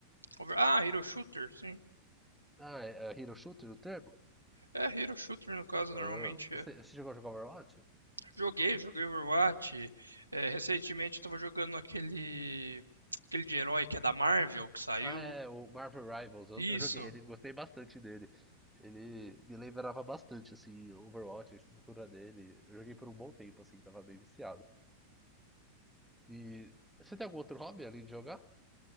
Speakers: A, on the right (about 85°); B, in the centre.
A: Over- ah, Hero Shooter, sim.
B: Ah, é, é Hero Shooter o termo?
A: É, Hero Shooter no caso,
B: Ah,
A: normalmente
B: você,
A: é.
B: você chegou a jogar Overwatch?
A: Joguei, joguei Overwatch. É, recentemente eu tava jogando aquele. Aquele de herói que é da Marvel, que saiu.
B: Ah, é, o Marvel Rivals. Eu,
A: Isso,
B: eu joguei ele, gostei bastante dele. Ele me lembrava bastante, assim, Overwatch, a estrutura dele. Eu joguei por um bom tempo, assim, tava bem viciado. E você tem algum outro hobby além de jogar?